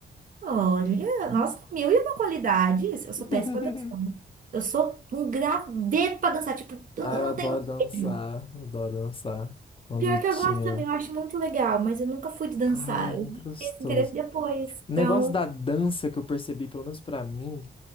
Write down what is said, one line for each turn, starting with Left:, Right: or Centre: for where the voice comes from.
Right: Olha, nossa, mil e uma qualidades. Eu sou
Left: <laughs>
Right: péssima dançando. Eu sou um graveto pra dançar. Tipo, eu
Left: Ah, eu
Right: não
Left: adoro
Right: tenho.
Left: dançar,
Right: medo.
Left: eu adoro dançar. Quando
Right: Pior
Left: eu
Right: que
Left: tinha.
Right: eu gosto também, eu acho muito legal, mas eu nunca fui de dançar.
Left: ah é muito
Right: Eu vi
Left: gostoso.
Right: esse interesse depois.
Left: O
Right: Então,
Left: negócio da dança que eu percebi, pelo menos pra mim.